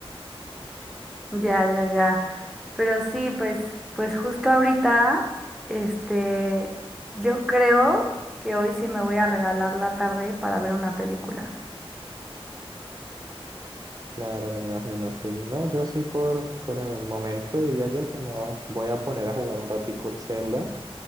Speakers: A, in the centre; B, on the right.
A: Ya, ya, ya. Pero sí, pues, pues justo ahorita, este, yo creo que hoy sí me voy a regalar la tarde para ver una película.
B: Claro, me imagino, sí. No, yo sí por, por el momento diría yo que me va- voy a poner a jugar un ratico el Zelda